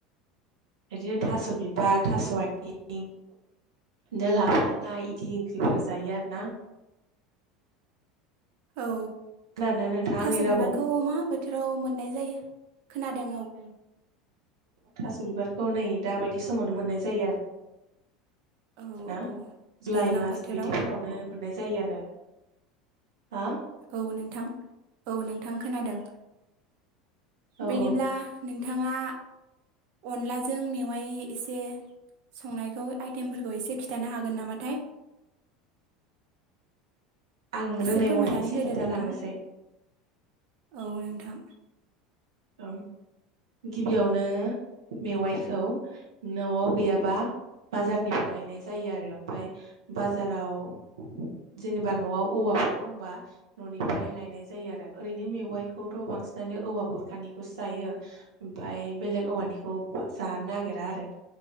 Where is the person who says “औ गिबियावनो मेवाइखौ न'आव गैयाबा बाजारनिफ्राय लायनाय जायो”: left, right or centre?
Right